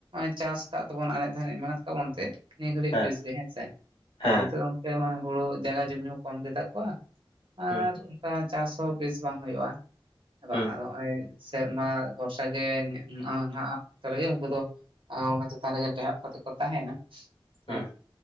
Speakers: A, on the right; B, on the left.
A: <inaudible> ᱪᱟᱥ ᱠᱟᱜ ᱛᱟᱵᱚᱱ ᱟᱱᱮᱡ ᱫᱷᱟᱱᱮᱡ ᱢᱮᱱᱟᱜ ᱛᱟᱵᱚᱱ ᱛᱮ ᱱᱤᱭᱟᱹ ᱜᱷᱟᱹᱲᱤᱡ
B: ᱦᱮᱸ
A: ᱵᱮᱥ ᱜᱮ ᱦᱮᱸᱥᱮ ᱟᱨ
B: ᱦᱮᱸ
A: ᱚᱱᱛᱮ <inaudible> ᱮ ᱢᱟᱱᱮ ᱦᱩᱲᱩ ᱡᱟᱜᱟ ᱡᱚᱢ ᱧᱩ ᱠᱚᱢ ᱜᱮᱛᱟ ᱠᱚᱣᱟᱹ ᱟᱨ
B: ᱦᱩᱸ
A: ᱠᱟ ᱪᱟᱥ ᱦᱚᱸ ᱵᱮᱥ ᱵᱟᱝ ᱦᱩᱭᱩᱜᱼᱟ ᱦᱮᱸ ᱵᱟᱝ
B: ᱦᱩᱸ
A: ᱟᱨ ᱦᱚᱜᱼᱚᱭ ᱥᱮᱨᱢᱟ ᱵᱷᱚᱨᱥᱟ ᱜᱮ <inaudible> <inaudible> ᱨᱮᱜᱮ ᱩᱱᱠᱩ ᱫᱚ <inaudible> ᱛᱟᱱ ᱨᱮᱜᱮ ᱴᱮᱦᱚᱵ ᱠᱟᱛᱮᱜ ᱠᱚ ᱛᱟᱸᱦᱮᱱᱟ
B: ᱦᱩᱸ
A: ᱦᱮᱸ